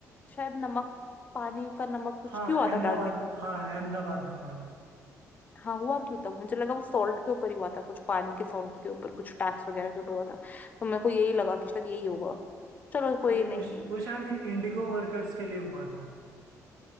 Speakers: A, on the left; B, on the right.
A: शायद नमक पानी का नमक कुछ
B: हाँ
A: क्यों
B: अहमदाबाद
A: आता डांडी में
B: हाँ अहमदाबाद में हुआ था
A: हाँ हुआ क्यों था मुझे लगा वो सॉल्ट के ऊपर ही हुआ था कुछ पानी के सॉल्ट के ऊपर कुछ टैक्स वगैरह के ऊपर हुआ था तो मेरे को यही लगा कि शायद यही होगा चलो कोई
B: अरे
A: नहीं
B: वो श- वो शायद इंडिगो वर्कर्स के लिए हुआ था